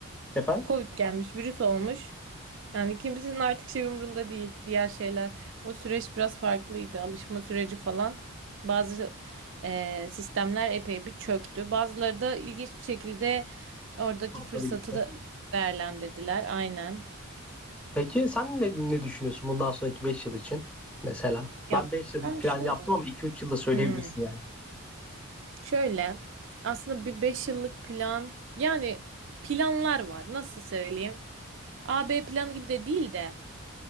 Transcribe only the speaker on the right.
Covid gelmiş, virüs olmuş. Yani kimsenin artık şey umrunda değil diğer şeyler. O süreç biraz farklıydı. Alışma süreci falan. Bazı eee, sistemler epey bir çöktü. Bazıları da ilginç bir şekilde oradaki
fırsatı
da değerlendirdiler. Aynen.
Ya
ben
şöyle.
Hmm,
şöyle. Aslında bir 5 yıllık plan yani planlar var. Nasıl söyleyeyim? A-B planı gibi de değil de.